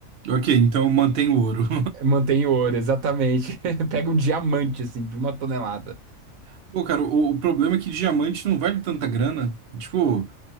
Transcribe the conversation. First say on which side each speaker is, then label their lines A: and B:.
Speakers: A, on the right; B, on the right.
A: Ok, então mantém o ouro.
B: Mantém o ouro, exatamente. <laughs> Pega um diamante, assim, de uma tonelada.
A: <laughs> Pô, cara, o, o problema é que diamante não vale tanta grana. Tipo,